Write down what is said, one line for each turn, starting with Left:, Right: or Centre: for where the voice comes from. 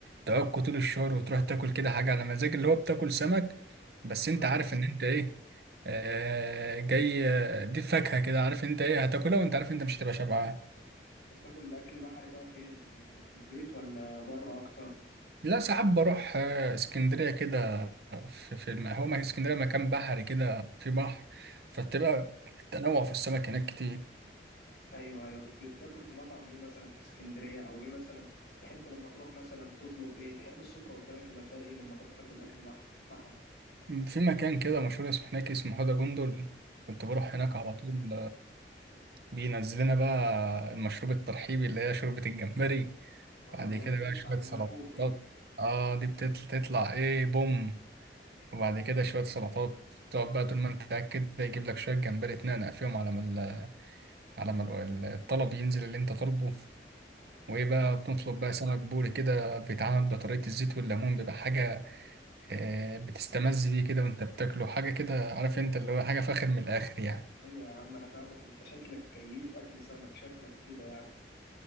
Right: تعك طول الشهر وتروح تاكل كده حاجه على مزاج اللي هو بتاكل سمك بس
Left: بالظبط
Right: انت عارف ان انت ايه آه جاي آه، دي فاكهه كده عارف انت ايه هتاكلها وانت عارف انت مش هتبقى شبعان
Left: انت بتاكل اكل بحري بقى فين في ال- في البيت ولا بره اكتر
Right: لا ساعات بروح آه، اسكندريه كده في, في الم... هو ما اسكندريه مكان بحري كده في بحر فبتبقى التنوع في السمك هناك كتير
Left: ايوه ايوه بتاكل في مطعم ايه مثلا في اسكندريه او ايه مثلا تحب لما تروح مثلا تطلب ايه تحب السفره قدامك يبقى فيها ايه لما تروح تاكل اكل بحري بحري
Right: في مكان كده مشهور اسمه هناك اسمه حوضة جندل كنت بروح
Left: اه
Right: هناك على طول بينزلنا بقى المشروب الترحيبي اللي هي شوربة الجمبري
Left: اه
Right: بعد
Left: اللي
Right: كده
Left: هي بتلسع
Right: بقى شوية
Left: في
Right: سلطات
Left: النافوخ دي
Right: اه دي بتطلع ايه بوم وبعد كده شوية سلطات تقعد بقى طول ما انت قاعد كده يجيب لك شوية جمبري تنقنق فيهم على ما ال- على ما ال- الطلب ينزل اللي انت طالبه وايه بقى بنطلب بقى سمك بوري كده بيتعمل بطريقة الزيت والليمون بيبقى حاجة آه بتستمز بيه كده وانت بتاكله حاجة كده عارف انت اللي هو حاجة فاخر من الآخر يعني
Left: ايوه يا عم انا فاهمك انت شكلك كيف اكل سمك شكلك كده يعني